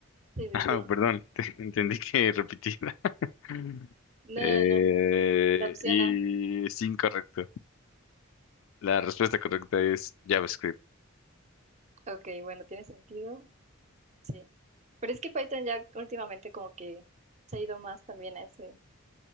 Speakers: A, on the right; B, on the left.
A: Sí, sí,
B: <laughs>
A: sí.
B: Ah, perdón, <laughs> te- entendí que repetida. <laughs>
A: No,
B: Eh,
A: no, no. La opción
B: y
A: A.
B: es incorrecto. La respuesta correcta es JavaScript.
A: Ok, bueno, tiene sentido. Sí. Pero es que Python ya últimamente como que se ha ido más también a ese.